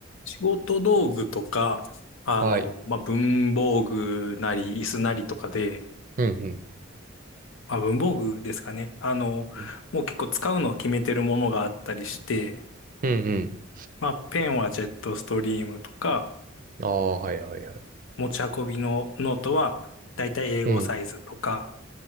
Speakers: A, on the left; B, on the right.
A: 仕事道具とか、あの、
B: はい。
A: まあ、文房具なり、椅子なりとかで、
B: うんうん。
A: まあ、文房具ですかね。あの、
B: うん
A: もう結構使うのを決めてるものがあったりして、
B: うん
A: まあ、ペンはジェットストリームとか、
B: うん。ああ、はいはいはい。
A: 持ち運びのノートはだいたい英語サイズとか
B: うん。